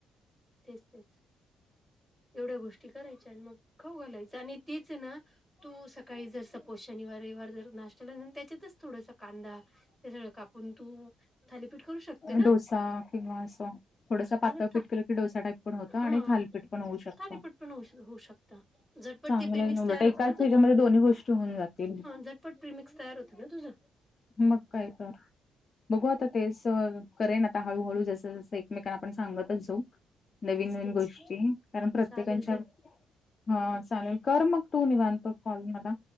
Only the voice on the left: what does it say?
डोसा किंवा असं थोडस पातळ
पिट केलं की डोसा टाईप पण होता
आणि थालपीठ पण होऊ शकत
चांगलं
नलट
एकाच
त्याच्यामध्ये दोन्ही गोष्टी होऊ जातील
मग काय तर बघू आता तेच करेन आता हळूहळू जस जसं एकमेकांना आपण सांगतच जाऊ नवीन
नवीन
गोष्टी कारण प्रत्येकच्या
हा चालेल कर मग तू निवनतो कॉल मला